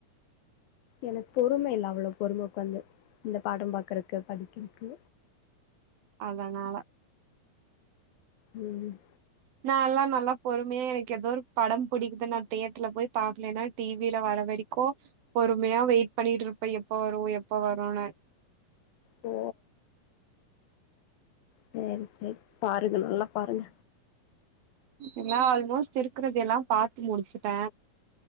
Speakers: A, on the left; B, on the right.
A: எனக்கு பொறுமை இல்ல அவ்வளவு பொறும உக்காந்து இந்த பாடம் பாக்குறக்கு படிக்கிறக்கு
B: அதனால
A: ம்
B: நா எல்லா நல்லா பொறுமையா எனக்கு ஏதோ ஒரு படம் புடிக்து நா தியேட்டர்ல போய் பாக்லினா டி வி ல வர வரைக்கு பொறுமையா வெயிட் பண்ணிட்ருப்ப எப்ப வரு எப்ப வருனு
A: ஓ செரி செரி பாருங்க நல்லா பாருங்க
B: எல்லா ஆல்மோஸ்ட் இருக்கறது எல்லா பாத்து முடிச்சுட்டே